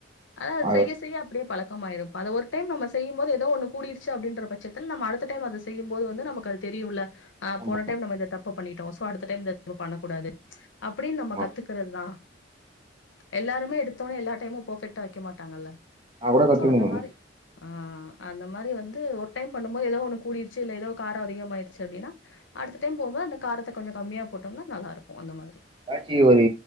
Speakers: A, on the left (about 85°); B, on the right (about 30°).
A: அனா
B: ஆக
A: செய்ய செய்ய அப்டியே பழக்கமாயிரு இப்ப அது ஒரு டைம் நம்ம செய்யும்போது ஏதோ ஒன்னு கூடிடுச்சு அப்டின்ற பட்சத்தில் நம்ம அடுத்த டைம் செய்யும்போது வந்து நமக்கு அது தெரியும்ல ஆ
B: ஆமா
A: போன டைம் நம்ம இந்த தப்ப பண்ணிட்டோ சோ அடுத்த டைம் இந்த <unintelligible> பண்ணக்கூடாது அப்டின் நம்ம
B: ஆமா
A: கத்துக்குறதுதா எல்லாருமே எடுத்தோனே எல்லா டைமு பபெக்ட்டா வக்க மாட்டாங்கல்ல
B: நான் கூட கத்துக்கணும்
A: சோ அந்த மாரி ஆ அந்த மாரி வந்து ஒரு டைம் பண்ணும்போது ஏதோ ஒண்ணு கூடிடுச்சு இல்ல ஏதோ கார அதிகமாயிருச்சு அப்டின்னா அடுத்த டைம் போம்போது அந்த காரத்த கொஞ்ச கம்மியா போட்டம்னா நல்லாருக்கு அந்த மாதிரி
B: ஏதாச்சி ஒரு